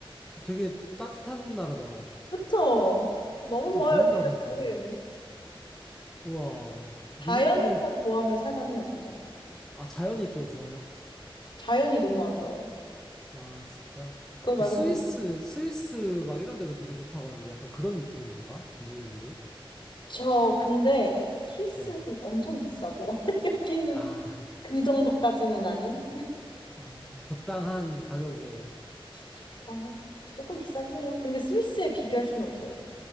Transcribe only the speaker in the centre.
되게 따뜻한 나라다. 어,
좋은
나라다. 우와. 뉴질랜드,
아, 자연이 또 좋아요.
아, 진짜.
그
스위스,
스위스 막 이런 데도 되게 좋다고 하는데 약간 그런 느낌인 건가? 뉴질랜드도?
네.
아.
아, 적당한 가격에.